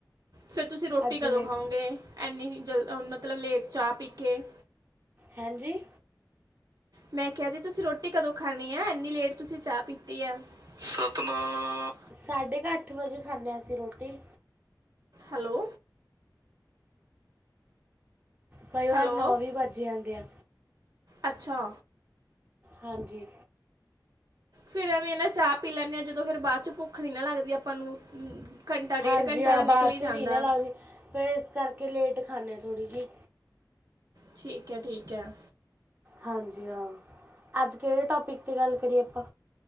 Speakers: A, on the right; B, on the right.
A: ਫਿਰ ਤੁਸੀਂ ਰੋਟੀ
B: ਅੱਜ
A: ਕਦੋਂ
B: ਲੇਟ
A: ਖਾਓਗੇ, ਏਨੀ ਜਲ ਮਤਲਬ ਲੇਟ ਚਾਹ ਪੀ ਕੇ।
B: ਹੈਂਜੀ।
A: ਮੈਂ ਕਿਹਾ ਜੀ, ਤੁਸੀਂ ਰੋਟੀ ਕਦੋਂ ਖਾਣੀ ਐ ਇੰਨੀ ਲੇਟ ਤੁਸੀਂ ਚਾਹ ਪੀਤੀ ਐ। ਸਤਨਾਮ
B: ਸਾਢੇ ਕੁ ਅੱਠ ਵਜੇ ਖਾਂਨੇ ਹਾਂ ਅਸੀਂ ਰੋਟੀ।
A: ਹੈਲੋ।
B: ਕਈ ਵਾਰ
A: ਹੈਲੋ
B: ਨੌਂ ਵੀ ਵੱਜ ਜਾਂਦੇ ਆ।
A: ਅੱਛਾ।
B: ਹਾਂਜੀ।
A: ਫਿਰ ਐਵੇਂ ਨਾ ਚਾਹ ਪੀ ਲੈਂਨੇ ਆ। ਜਦੋਂ ਫੇਰ ਬਾਅਦ ਚ ਭੁੱਖ ਨੀ ਨਾ ਲੱਗਦੀ ਆਪਾਂ ਨੂੰ। ਘੰਟਾ ਡੇਢ
B: ਹਾਂਜੀ
A: ਘੰਟਾ
B: ਹਾਂ,
A: ਤਾਂ
B: ਬਾਅਦ
A: ਨਿਕਲ ਹੀ
B: 'ਚ
A: ਜਾਂਦਾ
B: ਨਹੀਂ ਨਾ ਲੱਗਦੀ ਫਿਰ ਇਸ ਕਰਕੇ ਲੇਟ ਖਾਂਨੇ ਹਾਂ ਥੋੜ੍ਹੀ ਜਿਹੀ।
A: ਠੀਕ ਹੈ, ਠੀਕ ਹੈ।
B: ਹਾਂਜੀ ਹਾਂ, ਅੱਜ ਕਿਹੜੇ ਟੋਪਿਕ 'ਤੇ ਗੱਲ ਕਰੀਏ ਆਪਾਂ?